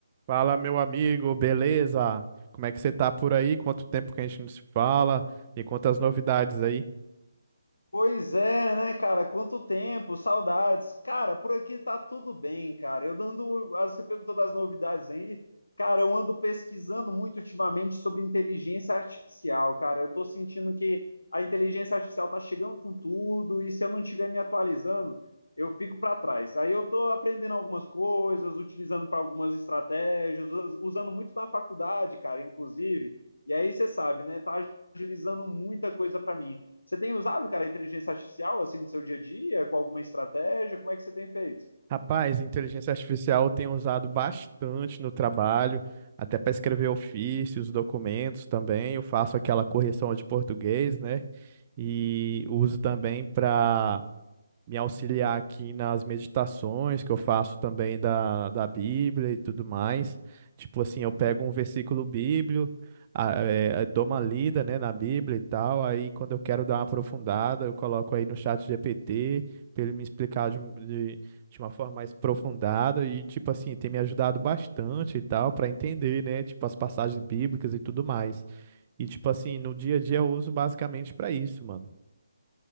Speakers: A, on the right (about 30°); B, on the left (about 75°).
A: Fala, meu amigo, beleza? Como é que você tá por aí? Quanto tempo que a gente não se fala? E quantas novidades aí?
B: Pois é, né, cara? Quanto tempo, saudades. Cara, por aqui tá tudo bem, cara. Eu dando, ah, você perguntou das novidades aí. Cara, eu ando pesquisando muito ultimamente sobre inteligência artificial, cara. Eu tô sentindo que a inteligência artificial tá chegando com tudo e se eu não estiver me atualizando, eu fico para trás. Aí eu tô aprendendo algumas coisas, utilizando para algumas estratégias, us- usando muito na faculdade, cara, inclusive. E aí você sabe, né? Tá agilizando muita coisa para mim. Você tem usado, cara, a inteligência artificial assim no seu dia a dia, com alguma estratégia? Como é que você tem feito?
A: Rapaz, inteligência artificial eu tenho usado bastante no trabalho, até para escrever ofícios, documentos também. Eu faço aquela correção de português, né? E uso também para me auxiliar aqui nas meditações que eu faço também da, da Bíblia e tudo mais. Tipo assim, eu pego um versículo bíblico, a- é, dou uma lida, né, na Bíblia e tal. Aí quando eu quero dar uma aprofundada, eu coloco aí no chat GPT para ele me explicar de, um- de, de uma forma mais aprofundada e tipo assim, tem me ajudado bastante e tal para entender, né, tipo as passagens bíblicas e tudo mais. E tipo assim, no dia a dia eu uso basicamente para isso, mano.